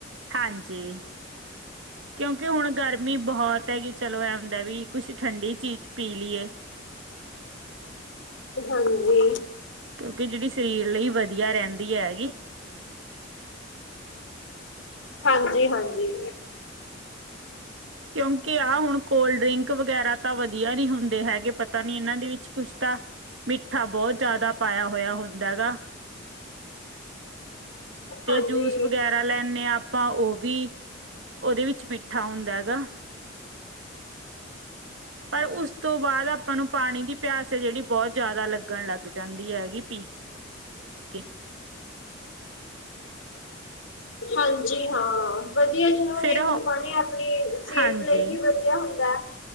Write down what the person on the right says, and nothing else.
ਹਾਂਜੀ। ਕਿਉਂਕਿ ਹੁਣ ਗਰਮੀ ਬੋਹਤ ਹੈਗੀ ਚਲੋ ਐ ਹੁੰਦਾ ਵੀ ਕੁਛ ਠੰਡੀ ਚੀਜ਼ ਪੀ ਲਿਏ।
ਕਿਉਂਕਿ ਜੇੜੀ ਸਰੀਰ ਲਈ ਵਧੀਆ ਰੈਂਦੀ ਹੇਗੀ।
ਕਿਉਂਕਿ ਆ ਹੁਣ ਕੋਲਡ ਡਰਿੰਕ ਵਗੈਰਾ ਤਾਂ ਵਧੀਆ ਨੀ ਹੁੰਦੇ ਹੈਗੇ ਪਤਾ ਨੀ ਏਨਾਂ ਦੇ ਵਿੱਚ ਕੁਛ ਤਾਂ ਮਿੱਠਾ ਬੋਤ ਜਾਦਾ ਪਾਇਆ ਹੋਇਆ ਹੁੰਦਾ ਹੈਗਾ।
ਤੇ ਜੂਸ ਵਗੈਰਾ ਲੈਂਨੇ ਆਪ ਪਾਂ ਓ ਵੀ, ਓਦੇ ਵਿੱਚ ਮਿੱਠਾ ਹੁੰਦਾ ਹੈਗਾ। ਪਰ ਉਸ ਤੋਂ ਬਾਦ ਆਪਾਂ ਨੂੰ ਪਾਣੀ ਦੀ ਪਿਆਸ ਏ ਜੇੜੀ ਬੋਤ ਜਾਦਾ ਲੱਗਣ ਲੱਗ ਜਾਂਦੀ ਹੈਗੀ ਪੀ ਕੇ
ਫਿਰ ਉਹ
ਹਾਂਜੀ